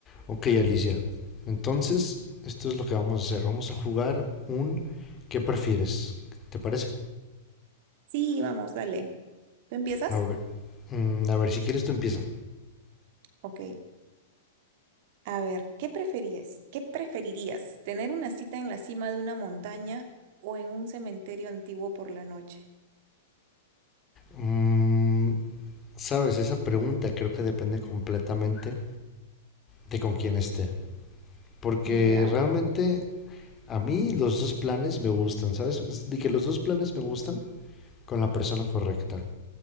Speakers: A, on the left; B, on the right.
A: Ok, Alicia. Entonces, esto es lo que vamos a hacer. Vamos a jugar un ¿qué prefieres? ¿Te parece?
B: Sí, vamos, dale. ¿Tú empiezas?
A: A ver, mm, a ver si quieres tú empieza.
B: Ok. A ver, ¿qué preferías? ¿Qué preferirías? ¿Tener una cita en la cima de una montaña o en un cementerio antiguo por la noche?
A: Mm, Sabes, esa pregunta creo que depende completamente de con quién esté. Porque
B: Ya,
A: realmente a mí los dos planes me gustan, ¿sabes? Es De que los dos planes me gustan con la persona correcta.